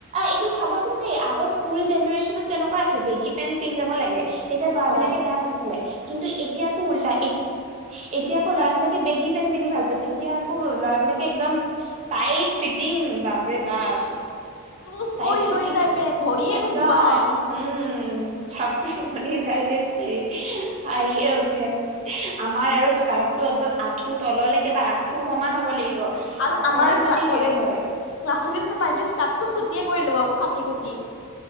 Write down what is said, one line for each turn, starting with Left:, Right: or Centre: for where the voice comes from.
Right: এতিয়া চাবাচোন দেই আগৰ স্কুল জেনেৰে্শনত কেনেকুৱা আছিলে বেগী পেনট পিন্ধি যাব লাগে। তেতিয়া ল'ৰাবিলাকে
Left: অ'
Right: বেয়া পাইছিলে, কিন্তু এতিয়া আকৌ উল্টা এতিয়া আকৌ ল'ৰাবলাকে বেগী পেন্ট পিন্ধি ভাল পায়, তেতিয়া আকৌ ল'ৰাবিলাকে একদম টাইট ফিটিং বা বাপৰে বাপ
Left: উম চুজ
Right: টাইট
Left: কৰি
Right: ফিটিং
Left: লৈ যায় পেন ভৰিয়ে
Right: একদম।
Left: নোসোমাই
Right: উম চাপ্ৰী বনি যায় ধেৎ তেৰি, হাঁহিয়ে উঠে। আমাৰ আৰু স্কাৰ্ট টো একদম আঁঠুৰ তললৈকে বা আঁঠুৰ সমান হ'ব লাগিব।
Left: আৰু
Right: অকমান
Left: আমাৰ
Right: যদি
Left: কলেজ
Right: হেৰি হয়
Left: ক্লাছ যিটো পাৰিলেটো স্কাটো ছুটিয়ে কৰি লব কাটি কুটি।